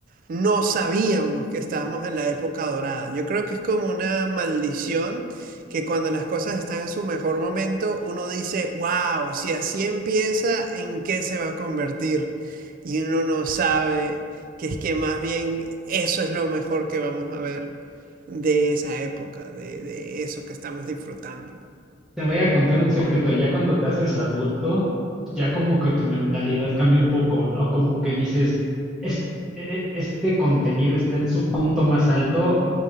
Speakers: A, on the right; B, in the centre.
A: no sabíamos que estábamos en la época dorada. Yo creo que es como una maldición que cuando las cosas están en su mejor momento, uno dice, wow, si así empieza, ¿en qué se va a convertir? Y uno no sabe que es que más bien eso es lo mejor que vamos a ver de esa época, de, de eso que estamos disfrutando.
B: Te voy a contar un secreto, ya cuando te haces adulto, ya como que tu mentalidad cambia un poco, ¿no? Como que dices, "Es- e- este contenido está en su punto más alto,